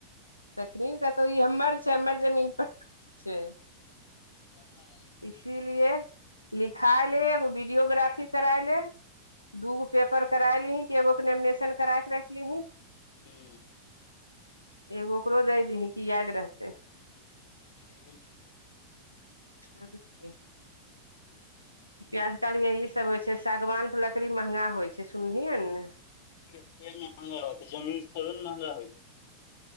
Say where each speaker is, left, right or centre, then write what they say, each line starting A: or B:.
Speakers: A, on the left; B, on the left.
A: तखनी कहतौ ई हम्मर छै हम्मर जमीन पर छै
B: आधा <unintelligible>
A: इसीलिए लिखाइ ले एगो वीडियोग्राफी कराय ले दूगो पेपर कराय लीहीं कि एगो के नेमिनेशन कराय के रैखलीहीं
B: हूंम्म
A: एगो ओकरो दै दिहीं की याद रहतै
B: ठीक
A: तब की आजकल यही सब होइ छै सागवान के लकड़ी महंगा होइ छै सुनलिहीं हन ने
B: केत्ते महँंगा होतै जमीन थोरबे न महंगा होइ